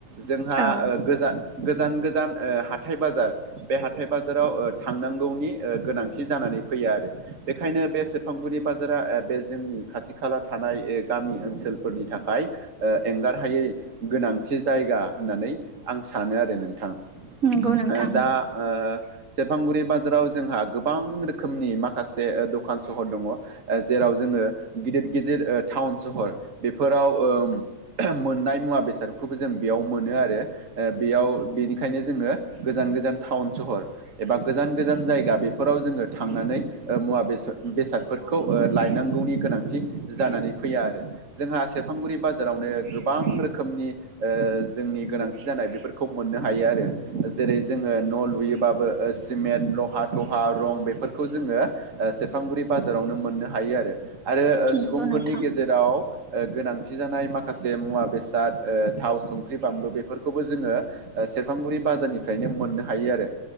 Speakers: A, on the right; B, on the right.
A: जोंहा
B: औ
A: ओ गोजा गोजान गोजान ओ हाथाइ बाजार बे हाथाय बाजाराव ओ थांनांगौनि ओ गोनांथि जानानै फैयो आरो। बेखायनो बे सेरफांगुरि बाजारा ओ बे जोंनि खाथि खाला थानाय ओ गामि ओनसोलफोरनि थाखाय ओ एंगारहायै गोनांथि जायगा होननानै आं सानो आरो नोंथां। ओ
B: नंगौ नोंथां
A: दा ओ सेरफांगुरि बाजाराव जोंहा गोबां रोखोमनि माखासे ओ दखान सहर दङ ओ जेराव जों गिदिर गिदिर ओ टाउन सहर बेफोराव ओ मोननाय मुवा बेसादखौ जों बेयाव मोनो आरो ओ बेयाव बेनि बेखायनो जोङो गोजान गोजान टाउन सहर एबा गोजान गोजान जायगा बेफोराव जोङो थांनानै मुवा बेसाद बेसादफोरखौ लायनांगौनि गोनांथि जानानै फैया आरो जोंहा आसै सेरफांगुरि बाजारावनो गोबां रोखोमनि ओ जोंनि गोनांथि जानाय बेफोरखौ मोननो हायो आरो जेरै जोङो न' लुयोबाबो सिमेन्ट लहा थहा रं बेफोरखौ जों जोङो ओ सेरफांगुरि बाजारावनो मोननो हायो आरो आरो सुबुंफोरनि
B: नंगौ नोंथां
A: गेजेराव ओ गोनांथि जानाय माखासे मुवा बेसाद ओ थाव संख्रि बानलु बेफोरखौबो जोङो ओ सेरफांगुरि बाजारनिफ्रायनो मोननो हायो आरो